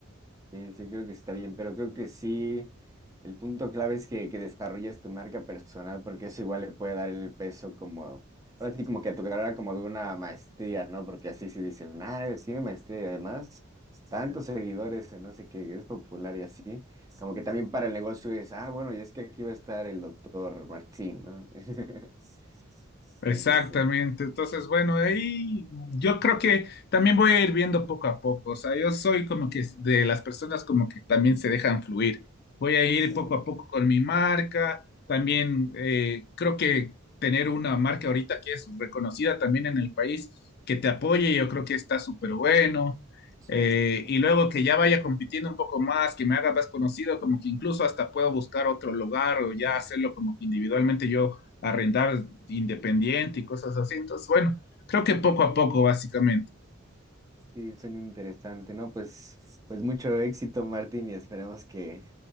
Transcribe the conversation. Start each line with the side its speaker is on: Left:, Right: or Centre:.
Right: sí, sí, creo que está bien, pero creo que sí, el punto clave es que, que desarrolles tu marca personal, porque eso igual le puede dar el peso como, ahora sí, como que a tu carrera como de una maestría, ¿no? Porque así sí dicen, ah, tiene maestría y además tantos seguidores, en no sé qué, es popular y así, como que también para el negocio es, ah, bueno, y es que aquí va a estar el doctor Martín, ¿no? <laughs> Sí,
Left: Exactamente.
Right: sí, sí,
Left: Entonces, bueno, ahí yo creo que también voy a ir viendo poco a poco. O sea, yo soy como que de las personas como que también se dejan fluir. Voy a ir
Right: sí,
Left: poco a poco con mi marca. También eh, creo que tener una marca ahorita que es reconocida también en el país, que te apoye, yo creo que está súper bueno.
Right: sí,
Left: Eh, y
Right: sí,
Left: luego que ya vaya compitiendo un poco más, que me haga más conocido, como que incluso hasta puedo buscar otro lugar o ya hacerlo como que individualmente yo a rentar independiente y cosas así. Entonces, bueno, creo que poco a poco, básicamente.
Right: Sí, suena interesante, ¿no? Pues, pues mucho éxito, Martín, y esperemos que,